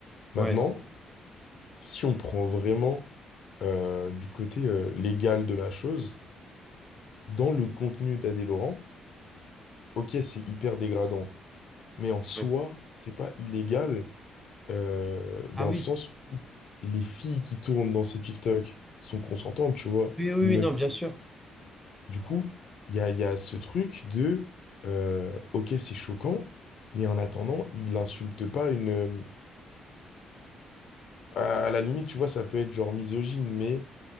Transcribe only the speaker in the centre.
ouais.
Ouais.
Ah oui.
Oui, oui,
oui,
non, bien sûr.